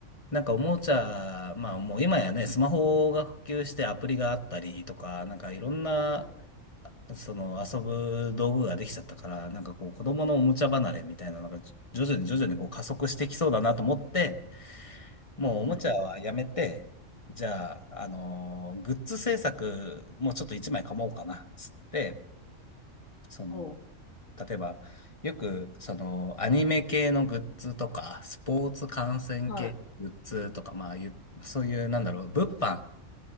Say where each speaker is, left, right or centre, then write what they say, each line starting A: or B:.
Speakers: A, on the left (about 30°); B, on the left (about 85°).
A: なんかおもちゃ、まあもう今やね、スマホが普及してアプリがあったりとか、なんかいろんな、
B: はい。
A: その遊ぶ道具ができちゃったから、なんかこう子供のおもちゃ離れみたいなのが徐々に徐々にこう加速してきそうだなと思って、もうおもちゃはやめて、
B: うんうん。
A: じゃあ、あのーグッズ制作もうちょっと一枚かもうかな、つって、その、
B: ほ
A: 例えば、よく、その、アニメ系のグッズとか、スポーツ観戦系グッズとか、
B: う。はい。
A: まあ、ゆそういう、なんだろう、物販